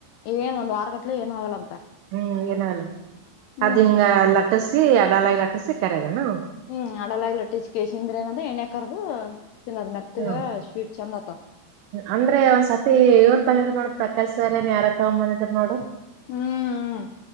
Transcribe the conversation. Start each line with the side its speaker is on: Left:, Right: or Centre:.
Left: ಏನು ಒಂದುವಾರಗಟ್ಟಲೆ ಏನು ಆಗಲ್ಲ ಅಂತ.
Right: ಹ್ಮ್ ಏನಲ್ಲ
Left: ಹ್ಮ್
Right: ಅದು ಹಿಂಗ ಲಟ್ಟಸಿ ಅದಲಾಗಿ ಲಟ್ಟಸಿ ಕರೇದನ.
Left: ಹ್ಮ್ ಆಡಲ್ಲೆ ಲಟ್ಟಿಸಿಕೆಸಿಂದ್ರ ಏನಂದ ಎಣ್ಣಕರ್ದು ತಿನ್ನದ್ ಮೆತ್ತಗ
Right: ಹ್ಮ್
Left: ಸ್ವೀಟ್ ಚಂದಆತಾವ್.
Right: ಅಂದ್ರೆ ಒಂದ್ ಸತಿ ಇವ್ ತಂದಿದ್ ನೋಡು ಪ್ರಕಾಶ್ ಸರರ್ನ್ ಯಾರ ತಗೊಬಂದಿದ್ ನೋಡು.
Left: ಹ್ಮ್